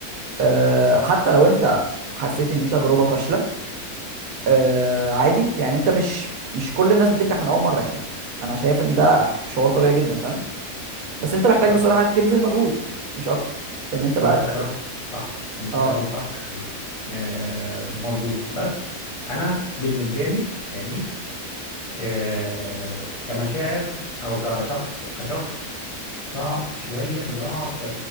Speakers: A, on the right; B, on the left.
A: آه، حتى لو أنت حسيت إن دي تجربة فاشلة آه عادي يعني انت مش مش كل الناس بتنجح من اول مره يعني انا شايف ان ده ح- شعور طبيعي جدا فاهم بس انت محتاج
B: وانت
A: بصراحه تبذل مجهود مش اكتر فان انت بقى
B: وانت كلامك
A: ت...
B: صح انت
A: اه
B: كلامك صح و- آه، مظبوط بس انا بالنسبه لي فاهمني آه، كمشاعر او كشخص كشخص صعب شوية انه يقع في